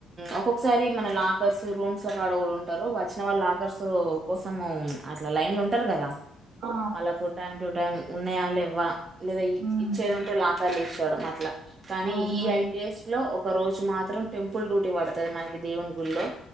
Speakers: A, on the right (about 30°); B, on the right (about 75°).
A: ఒక్కొక్కసారి మన లా లాకర్స్ రూమ్స్ లో కాడ కూడా ఉంటారు వచ్చిన వాళ్ళ లాకర్స్ కోసం అట్లా లైన్లు ఉంటారు కదా
B: ఆ,
A: వాళ్ళకు టైం టు టైమ్ ఉన్నాయా లేవ్వ లేదా
B: ఉమ్,
A: ఇచ్చేది ఉంటే లాకల్ ఇచ్చకోవడం అట్లా కానీ
B: అవునా
A: ఈ ఐట్ డేస్ లో ఒక రోజు మాత్రం టెంపుల్ డ్యూటీ పడుతది మనకి దేవుని గుళ్లో